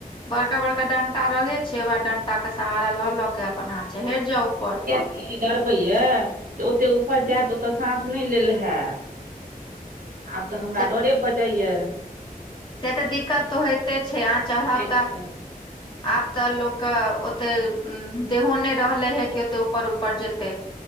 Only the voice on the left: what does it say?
बड़का- बड़का डंटा रहै छै उएह डंटा के सहारा लऽ लऽ के अपन अहां चहरि जाउ उपर।
से
से ते दिक्कत तऽ होइते छै अहाँ चढ़ब
तऽ
आब तऽ लोक कऽ ओते उम्म देहो नै रहलै हे की ओते ऊपर-ऊपर जेतै।